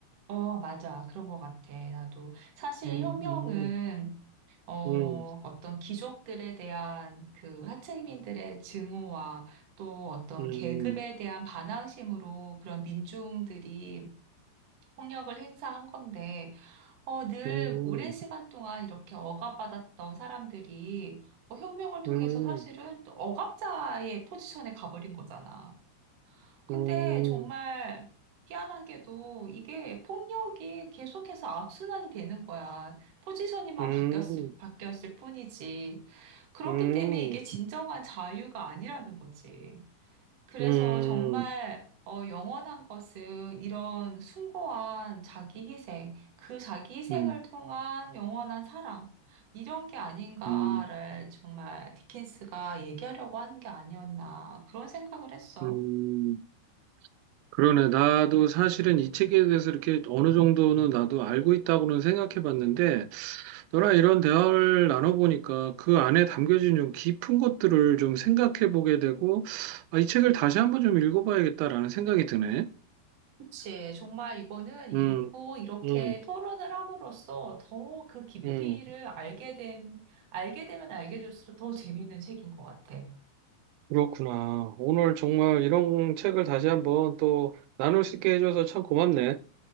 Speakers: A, on the right (about 50°); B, on the right (about 85°).
A: 어, 맞아. 그런 것 같아. 나도. 사실
B: 음,
A: 혁명은
B: 음,
A: 어,
B: 음.
A: 어떤 귀족들에 대한 그 하층민들의 증오와 또 어떤
B: 음,
A: 계급에 대한 반항심으로 그런 민중들이 폭력을 행사한 건데, 어, 늘
B: 음,
A: 오랜 시간 동안 이렇게 억압받았던 사람들이 어, 혁명을 통해서
B: 음,
A: 사실은 또 억압자의 포지션에 가버린 거잖아. 근데
B: 음,
A: 정말 희한하게도 이게 폭력이 계속해서 악순환이 되는 거야. 포지션이만
B: 음,
A: 바뀌었을, 바뀌었을 뿐이지. 그렇기
B: 음,
A: 때문에 이게
B: 음,
A: 진정한 자유가 아니라는 거지. 그래서
B: 음,
A: 정말 어, 영원한 것은 이런 숭고한 자기 희생, 그 자기 희생을
B: 음,
A: 통한 영원한 사랑, 이런 게 아닌가를
B: 음,
A: 정말 디킨스가 얘기하려고 하는 게 아니었나, 그런 생각을 했어.
B: 음. 그러네. 나도 사실은 이 책에 대해서 이렇게 어느 정도는 나도 알고 있다고는 생각해 봤는데, 너랑 이런 대화를 나눠보니까 그 안에 담겨진 좀 깊은 것들을 좀 생각해 보게 되고, 아, 이 책을 다시 한번 좀 읽어봐야겠다라는 생각이 드네.
A: 그치. 정말 이거는 읽고
B: 음,
A: 이렇게
B: 음,
A: 토론을 함으로써 더 그 깊이를
B: 음.
A: 알게 됨, 알게 되면 알게 될수록 더 재미있는 책인 것 같아.
B: 그렇구나. 오늘 정말 이런 책을 다시 한번 또 나눌 수 있게 해줘서 참 고맙네.